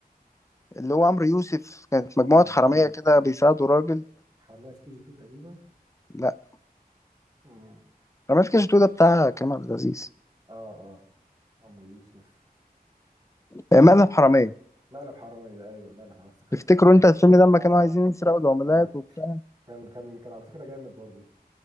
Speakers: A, on the left; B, on the right.
A: اللي هو عمرو يوسف كانت
B: عمرو
A: مجموعة حرامية كده بيساعدوا راجل
B: حرامية في كي جي 2 تقريبا
A: لا
B: امم
A: حرامية في كاش ده بتاع كريم عبد العزيز
B: اه اه عمرو يوسف
A: آه، مقلب حرامية
B: مقلب حرامية ايوه مقلب حرامية افتكرت
A: تفتكروا
B: صح
A: انت الفيلم ده لما كانوا
B: اه
A: عايزين يسرقوا العملات
B: اه
A: وبتاع
B: كان كان كان على فكرة جامد برضو